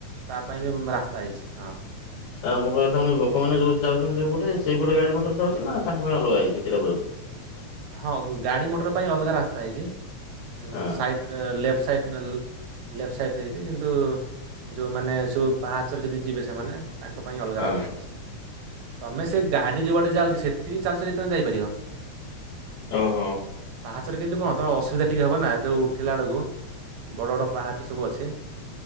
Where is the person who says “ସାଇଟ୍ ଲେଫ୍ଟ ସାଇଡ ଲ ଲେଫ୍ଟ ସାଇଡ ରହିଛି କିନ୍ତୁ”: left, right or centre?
Right